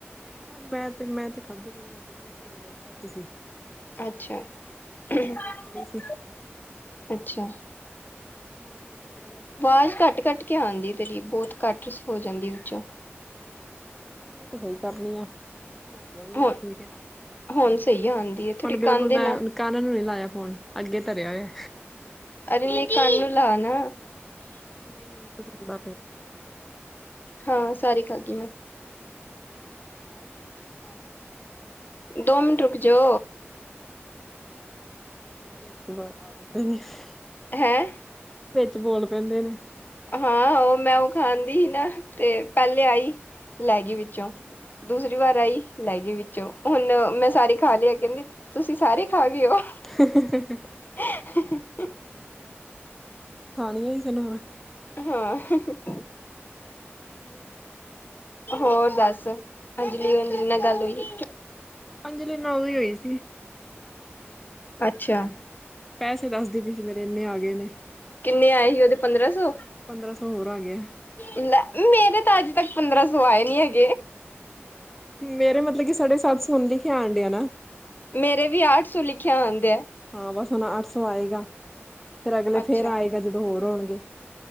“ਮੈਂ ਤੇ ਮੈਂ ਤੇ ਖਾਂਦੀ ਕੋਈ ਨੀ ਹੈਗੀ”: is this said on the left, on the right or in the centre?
Centre